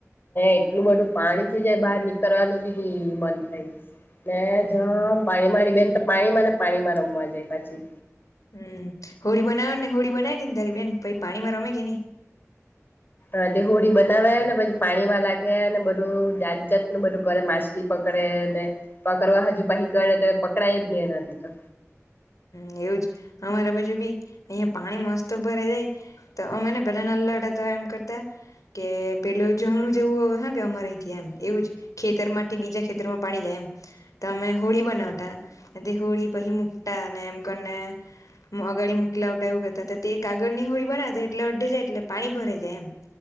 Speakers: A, on the left; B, on the left.
A: એટલું બધું પાણી થઈ જાય બહાર નીકળવાનું બી ની મન થાય. ને
B: હમ
A: જામ પાણી મારી બેન તો પાણીમાં ને પાણીમાં રમવા જાય પાછી.
B: હમ્મ હોળી બનાવે ને હોળી બનાવી કે તારી બેન પહી પાણીમાં રમે કે ની.
A: હ તે હોળી બનાવે ને પછી પાણીમાં લાગે ને બધું જાત જાાતનું બધું કરે માછલી પક પકડે ને પકડવા હાજુ પાહી કરે તો પકડાય જ નહી એનાથી તો.
B: હ એવુંજ અમારા બાજુ બી અહીયાં પાણી મસ્ત ભરાઈ જાય તો અમે ને પેલા નાલ્લા હતા તો એમ કરતા. કે પેલ ઝરણું જેવું હ કે અમારા અહીંથી એમ એવું જ ખેતર માંથી બીજા ખેતરમાં પાણી જાય એમ. તો અમે હોળી બનાવતા તે હોળી પહી મુકતા અને એમ કરીને. અગાડી મુકલાવટાવ એવું કરતા હતા તે કાગળની હોડી બનાતા એટલે અડઢે જાય એટલે પાણી ભરાઈ જાય એમ.